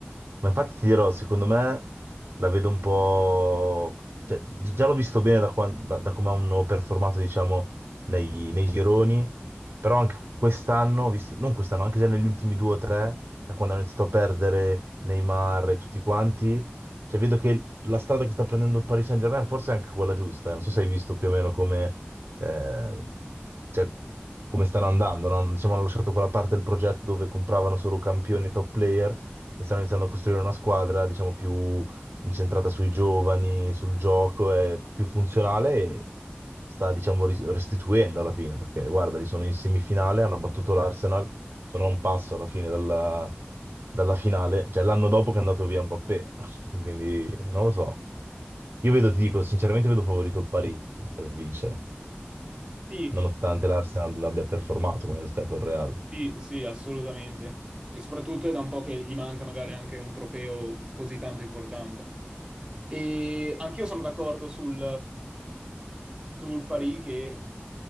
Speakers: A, on the right (about 65°); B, on the right (about 20°).
A: ma infatti ti dirò, secondo me la vedo un po'... cioè, gi- già l'ho visto bene da, quan- da- da come hanno performato, diciamo, nei, nei gironi, però anche quest'anno, ho visto... non quest'anno, anche già negli ultimi due o tre, da quando hanno iniziato a perdere Neymar e tutti quanti, cioè vedo che la strada che sta prendendo il Paris Saint-Germain forse è anche quella giusta, eh. Non so se hai visto più o meno come, eh, cioè, come stanno andando, no? Diciamo, hanno lasciato quella parte del progetto dove compravano solo campioni top player e stanno iniziando a costruire una squadra, diciamo, più incentrata sui giovani, sul gioco, è più funzionale e sta, diciamo, ri- restituendo alla fine, perché guarda, li sono in semifinale, hanno battuto l'Arsenal, sono a un passo alla fine dalla, dalla finale, cioè l'anno dopo che è andato via Mbappé, <laughs> quindi non lo so. Io vedo, ti dico, sinceramente vedo favorito il Parigi per vincere,
B: Sì,
A: nonostante l'Arsenal abbia performato come sta col Real.
B: sì, sì, assolutamente. E soprattutto è da un po' che gli manca magari anche un trofeo così tanto importante. E anch'io sono d'accordo sul sul Paris che